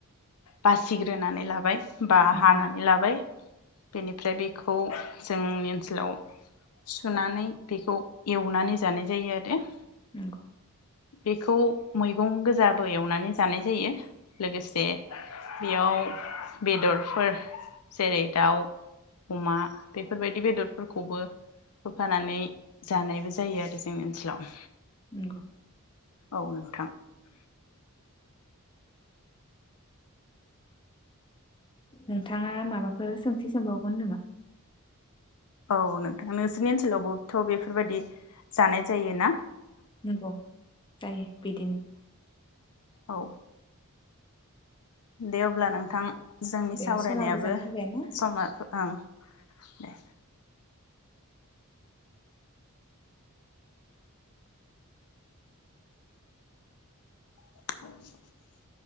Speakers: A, on the left; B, on the left.
A: बासिग्रोनानै लाबाय। बा
B: नंगौ
A: हानानै लाबाय। बेनिफ्राय बे खौ जोंनि ओनसोलाव सुनानै बेखौ एवनानै जानाय जायो आरो।
B: नंगौ।
A: बेखौ मैगं गोजाबो एवनानै जानाय जायो। लोगोसे बेयाव बेदरफोर जेरै दाउ, अमा बेफोरबायदि बेदरफोरखौबो होफानानै जानायबो जायो आरो जोंनि ओनसोलाव।
B: नंगौ।
A: औ नोंथां।
B: नोंथाङा माबाफोर सोंथि सोंबावगोन नामा?
A: औ नोंथां नोंसोरनि ओनसोलावबोथ' बेफोरबायदि जानाय जायोना?
B: नंगौ जायो बिदिनो।
A: औ। दे अब्ला नोंथां। जोंनि
B: दे
A: सावरायनायाबो
B: समाबो जाना फैबाय ना
A: समा ओं दे <unintelligible>